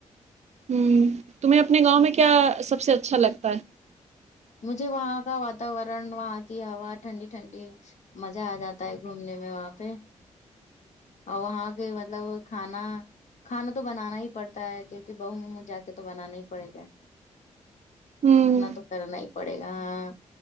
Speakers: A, on the right; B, on the left.
A: ہمم تمہیں اپنے گاؤں میں کیا سب سے اچھا لگتا ہے
B: مجھے وہاں کا وتاورن وہاں کی ہوا ٹھنڈی ٹھنڈی مزہ آ جاتا ہے گھومنے میں وہاں پہ اور وہاں کے مطلب کھانا کھانا تو بنانا ہی پڑتا ہے کیونکہ بہو ہوں جا کے تو بنانا ہی پڑے گا
A: ہوں
B: اتنا تو کرنا ہی پڑے گا ہاں